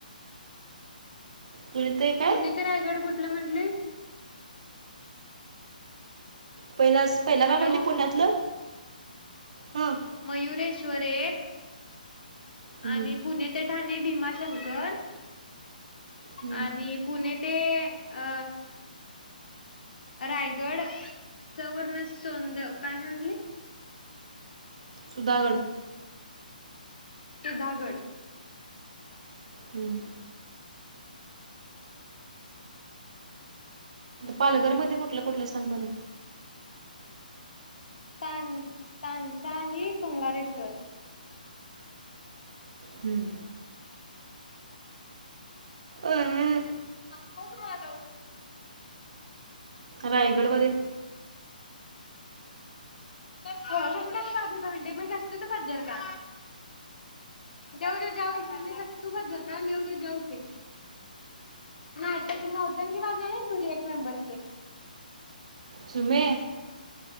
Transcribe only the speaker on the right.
पुणे ते काय
पहिला पहिला काय
पडली पुण्यातलं हम
हं,
हं.
सुधाकरण
हम्म पालघर मध्ये कुठलं कुठलं सांग बरं
हम्म अं,
रायगड बध्ये
सुमे